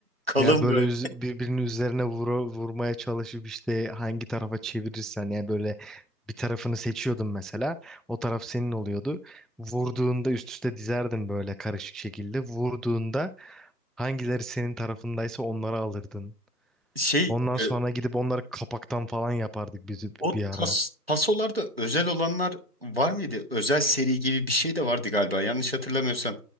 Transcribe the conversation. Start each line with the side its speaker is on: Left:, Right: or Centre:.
Right: Kalın
Centre: Ya böyle
Right: böyle.
Centre: üz- birbirinin üzerine vura, vurmaya çalışıp işte hangi tarafa çevirirsen yani böyle bir tarafını seçiyordun mesela o taraf senin oluyordu. Vurduğunda üst üste dizerdin böyle karışık şekilde. Vurduğunda hangileri senin tarafındaysa onları alırdın.
Right: Şey
Centre: Ondan
Right: e,
Centre: sonra gidip onları kapaktan falan yapardık biz
Right: o
Centre: bir ara.
Right: tas, tasolarda özel olanlar var mıydı? Özel seri gibi bir şey de vardı galiba yanlış hatırlamıyorsam.